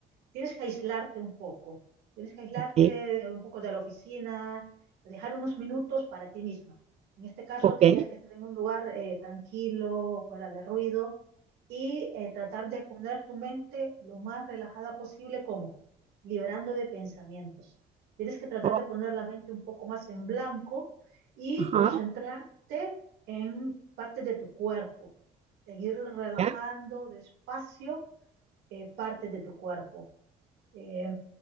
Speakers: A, on the right; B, on the right.
A: tienes que aislarte un poco, tienes que aislarte
B: Ok,
A: un poco de la oficina, dejar unos minutos para ti misma. En este caso,
B: ok,
A: tendrías que estar en un lugar eh, tranquilo, fuera de ruido, y eh, tratar de poner tu mente lo más relajada posible, como liberando de pensamientos. Tienes que tratar
B: oh,
A: de poner la mente un poco más en blanco y
B: ajá,
A: concentrarte en partes de tu cuerpo, seguir relajando
B: ya,
A: despacio eh, partes de tu cuerpo eh,